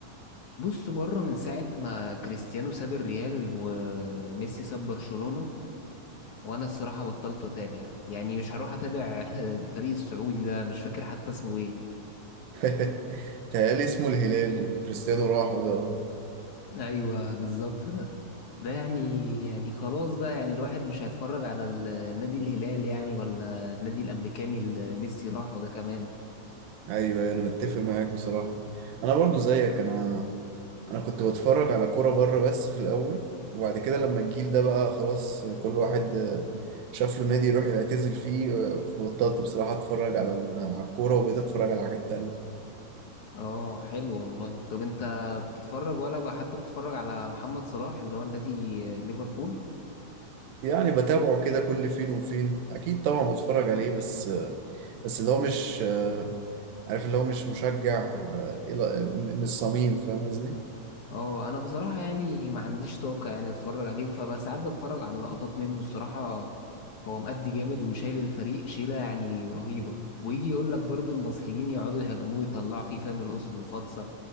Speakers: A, on the left; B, on the right.
A: بص بره من ساعه ما كريستيانو ساب الريال وميسي ساب برشلونه وانا الصراحه بطلت اتابع يعني مش هروح اتابع <laughs> الفريق السعودي ده مش فاكر حتى اسمه ايه
B: <laughs> تهيألي اسمه الهلال اللي كريستيانو راحه ده آه.
A: ايوه بالظبط ده ده يعني يعني خلاص بقى يعني الواحد مش هيتفرج على ال- النادي الهلال يعني ولا النادي الامريكاني اللي ميسي راحه ده كمان
B: ايوه أيوة، انا متفق معاك بصراحه انا برضو زيك انا انا كنت بتفرج على كوره بره بس في الاول وبعد كده لما الجيل ده بقى خلاص كل واحد شاف له نادي يروح يعتزل فيه فبطلت بصراحه اتفرج على ال- على الكوره وبقيت اتفرج على حاجات تانية
A: اه حلو والله طب انت بتتفرج ولا بقى حتى بتتفرج على محمد صلاح اللي هو النادي ليفربول
B: يعني بتابعه كده كل فين وفين اكيد طبعا بتفرج عليه بس بس اللي هو مش عارف اللي هو مش مشجع إلى- من الصميم فاهم قصدي
A: اه انا بصراحة يعني ما عنديش طاقة يعني اتفرج عليه فبقى ساعات بتفرج على لقطات منه الصراحة هو مأدي جامد وشايل الفريق شيلة يعني رهيبة ويجي يقول لك برضو المصريين يقعدوا يهاجموه يطلعوا فيه فاهم القطط الفاطسة